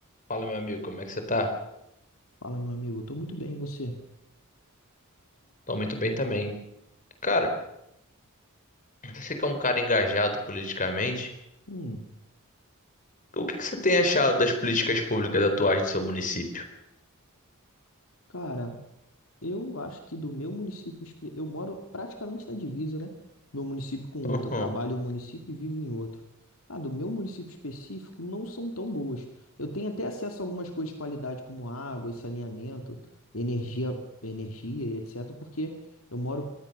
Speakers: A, on the left; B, on the left.
A: Fala, meu amigo, como é que você tá?
B: Fala, meu amigo, eu tô muito bem, e você?
A: Tô muito bem também. Cara, você que é um cara engajado politicamente,
B: Hum,
A: o que que você tem achado das políticas públicas atuais do seu município?
B: cara, Eu acho que do meu município, espe- eu moro praticamente na divisa, né? De um município com outro.
A: Aham,
B: Eu trabalho em um município e vivo em outro. Ah, do meu município específico não são tão boas. Eu tenho até acesso a algumas coisas de qualidade, como água e saneamento, energia, energia e etc., porque eu moro